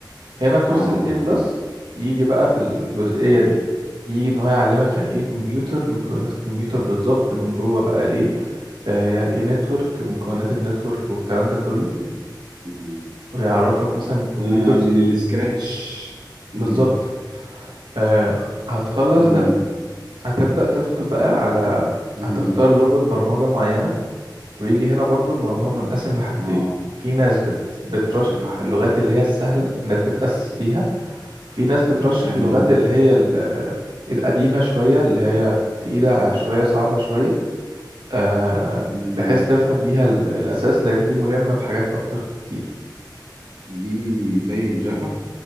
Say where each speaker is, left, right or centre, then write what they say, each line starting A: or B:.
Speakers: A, on the right (about 75°); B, on the right (about 55°).
A: هنا كورس
B: اه آه،
A: ال A بلس
B: فاهمك
A: يجي بقى في الجزئية دي يجي ان هو يعلمك يعني ايه كمبيوتر مكونات الكمبيوتر بالظبط من جوه بقى ايه آه، يعني ايه نتورك مكونات النتورك والكلام ده كله
B: مم. مم.
A: ويعرفك مثلا الكمبيوترز
B: ده من السكراتش
A: بالظبط
B: امم
A: آه، هتخلص
B: امم
A: ده هتبدأ تدخل بقى على
B: امم
A: هتختار لغة برمجة معينة ويجي هنا برضو الموضوع منقسم لحاجتين
B: اه
A: في ناس بت... بترشح
B: تمام.
A: اللغات اللي هي السهلة انك تتأسس بيها وفي ناس بترشح
B: مم.
A: اللغات اللي هي ال- آه، القديمة شوية اللي هي تقيلة شوية صعبة شوية آه،
B: مم.
A: بحيث تفهم بيها ال- الأساس لأن دي ملمة بحاجات أكتر بكتير
B: دي زي الجافا